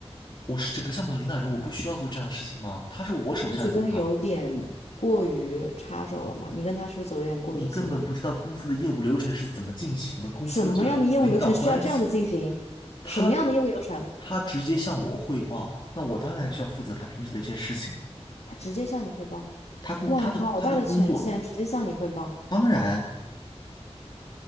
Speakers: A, on the left; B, on the left.
A: 我是整个项目的领导人，我不需要做这样的事情吗？他是我手下的兵啊，
B: 你不觉得有点过于插手了吗？你跟他是不是走的有点过于近了？
A: 你根本不知道公司的业务流程是怎么进行的，公司的这个领导关系。
B: 什么样的业务流程需要这样子进行？
A: 他
B: 什么样的业务流程？
A: 他直接向我汇报，那我当然需要负责他平时的这些事情。
B: 他直接向你汇报。
A: 他工他的他的工作，
B: 哇，好大的权限，直接向你汇报。
A: 当然，